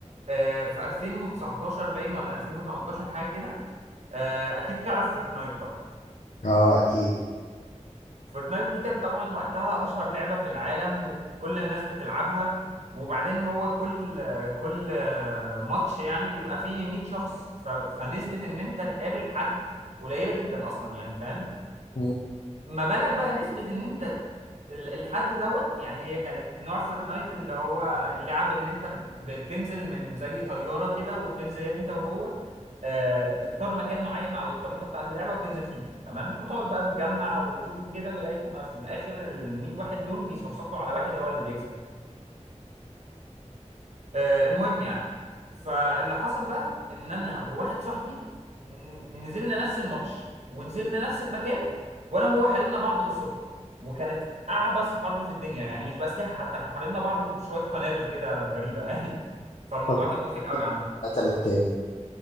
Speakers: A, on the right (about 65°); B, on the left (about 75°).
A: آه، في 2019 باين ولا 2018 حاجة كده آه، اكيد تعرف فورتنايت طبعا
B: اه اكيد
A: فورتنايت دي كانت طبعا وقتها اشهر لعبة في العالم وكل الناس بتلعبها وبعدين هو كل آه، كل آه، ماتش يعني بيبقى فيه 100 شخص ف- فنسبة ان انت تقابل حد قليلة جدا اصلا يعني فاهم
B: مم.
A: ما بالك بقى نسبة ان انت ال- الحد دوت يعني هي كانت نوع فورتنايت اللي هو اللعب ان انت بتنزل من زي طيارة كده وبتنزل انت وهو آه، تختار مكان معين على الخريطة بتاعة اللعبة وتنزل فيه تمام وتقعد بقى تجمع وتشوفه كده لغاية ما في الآخر ال 100 واحد دول بيصفصفوا على واحد هو اللي بيكسب آه، المهم يعني فاللي حصل بقى ان انا وواحد صاحبي ن- نزلنا نفس الماتش ونزلنا نفس المكان وانا وهو حاربنا بعض بالصدفه وكانت اعبث حرب في الدنيا يعني مش باسلحه حتى احنا حاربنا بعض بشويه قنابل كده غريبه يعني <laughs> فالموضوع
B: طب
A: كان مضحك قوي عامه
B: قتل التاني